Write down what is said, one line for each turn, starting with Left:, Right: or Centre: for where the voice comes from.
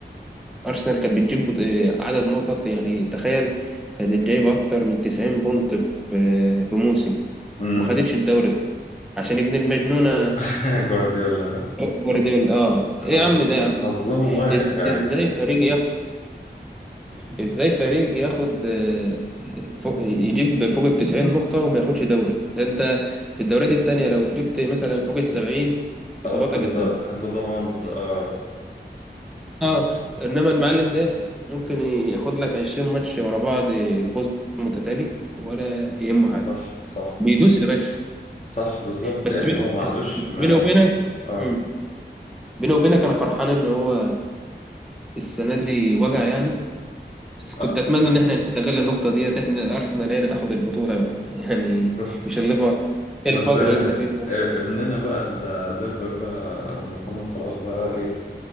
Centre: أرسنال كانت بتجيب بط- آه، عدد نقط يعني تخيل كانت جايبة أكتر من 90 بونت في آه، في موسم
Left: امم
Centre: وما خدتش الدوري ده عشان ابن المجنونة
Left: <laughs> جوارديولا ها؟
Centre: جوارديولا اه
Left: حظ
Centre: ايه يا عم ده يا عم
Left: حظهم واقف
Centre: إز-
Left: يعني
Centre: ازاي فريق ازاي فريق ياخد آه، فوق يجيب فوق ال 90 نقطة وما ياخدش دوري ده انت في الدوريات التانية لو جبت مثلا فوق ال 70
Left: خلاص
Centre: تبقى بطل
Left: انت
Centre: الدوري
Left: انت ضمنت
Centre: يعني
Left: اه
Centre: اه انما المعلم ده ممكن ياخد لك 20 ماتش ورا بعض فوز متتالي ولا يهمه حاجة
Left: صح صح
Centre: بيدوس يا باشا
Left: صح بالظبط
Centre: بس
Left: يعني
Centre: بيني
Left: هو ما عندوش
Centre: بس
Left: ما
Centre: بيني وبينك
Left: اه
Centre: مم. بيني وبينك انا فرحان ان هو السنة دي وجع يعني بس كنت
Left: آه.
Centre: اتمنى ان احنا نستغل النقطه ديت احنا ارسنال هي اللي تاخد البطوله بقى <laughs> يعني
Left: بس
Centre: مش الليفر ايه
Left: بس
Centre: الفجر
Left: آه،
Centre: اللي احنا فيه ده
Left: ابننا بقى الليفر بقى محمد صلاح بقى ايه